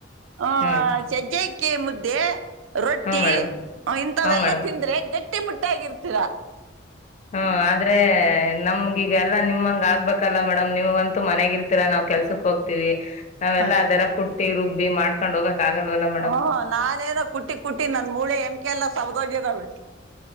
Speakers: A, on the right (about 80°); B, on the left (about 35°).
A: ಆ
B: ಹ್ಮ್
A: ಸಜ್ಜಕಿ ಮುದ್ದೆ ರೊಟ್ಟಿ
B: ಹ್ಮ್ ಮೇಡಮ್
A: ಇಂಥವೆಲ್ಲ
B: ಹ್ಮ್ ಮೇಡಮ್
A: ತಿಂದ್ರೆ ಗಟ್ಟ <unintelligible> ಹುಟ್ಟಿ ಮುಟ್ಟಾಗಿರ್ತೀರ
B: ಹ್ಮ ಆದ್ರೆ ನಮ ಈಗ ಎಲ್ಲ ನಿಮ್ಂಗ ಆಗ್ಬೇಕಲ್ಲ ಮೇಡಮ್ ನಿವು ಒಂತ ಅಂತ ಮನೆ ಇರ್ತೀರಾ ಕೆಲ್ಸಕ್ ಹೋಗ್ತೀವಿ ನಾವೆಲ್ಲಾ
A: ಹಾ.
B: ಅದೆಲ್ಲ ಕುಟ್ಟಿ ರುಬ್ಬಿ ಮಾಡ್ಕೊಂಡ್ ಹೋಗಕ್ ಆಗಲ್ವಲ್ಲ ಮೇಡಮ್
A: ಹ್ಮ್ ನಾನೇನೋ ಕುಟ್ಟಿ ಕುಟ್ಟಿ ನನ್ ಮೂಳೆ ಎಮ್ಕೆ ಎಲ್ಲ ಸವದೋಗಿದಾವೆ